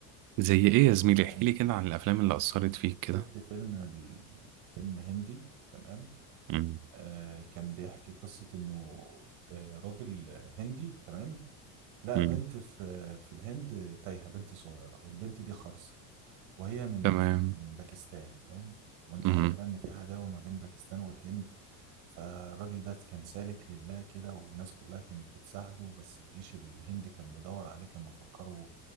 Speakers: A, on the right; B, on the right.
A: زي إيه يا زميلي احكيلي
B: يعني
A: كده عن الأفلام اللي أثرت
B: يعني
A: فيك
B: شفت
A: كده
B: فيلم ال- فيلم هندي تمام
A: مم.
B: آه كان بيحكي قصة انه آه راجل هندي تمام لقى
A: مم.
B: بنت في في الهند تايهة بنت صغيرة والبنت دي خرسة وهي من
A: تمام
B: من من باكستان فاهم وانت
A: مم.
B: عارف بقى ان في عداوة ما بين باكستان والهند فالراجل ده كان سالك لله كده والناس كلها كانت بتساعده بس الجيش الهندي كان بيدور عليه كان مفكره